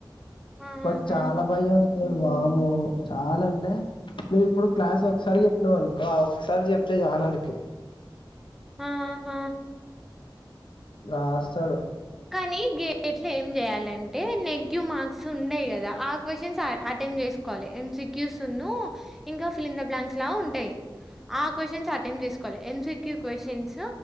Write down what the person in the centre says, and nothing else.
ఆహా!
ఆహా
కానీ గే ఇట్ల ఏం చేయాలంటే నెగిటివ్ మార్క్స్ ఉండయ్ గదా ఆ క్వశ్చన్స్ అ అటెంమ్ చేస్ వాలి ఎం సి క్యూ సు ను ఇంకా ఫిలింద బ్లాంక్స్ లా ఉంటయ్ ఆ క్వశ్చన్స్ అటెంప్ట్ చేసుకోవాలి ఎం సి క్యూ క్వశ్చన్స్